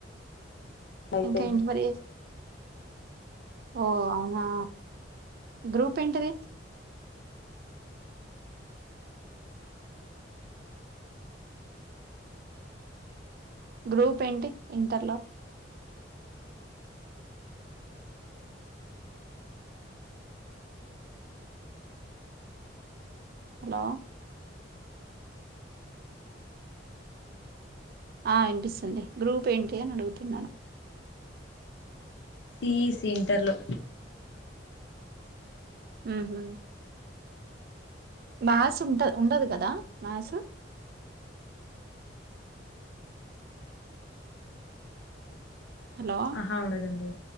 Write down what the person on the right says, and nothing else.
ఇంకేంటి మరి ఓ అవునా గ్రూప్ ఏంటిది గ్రూప్ ఏంటి ఇంటర్లో హలో ఆ ఇనిపిస్తుంది గ్రూప్ ఏంటి అని అడుగుతున్నాను
మ్మ్ హ్మ్ మ్యాస్ ఉంటద్ ఉండదు గదా మ్యాస్ హలో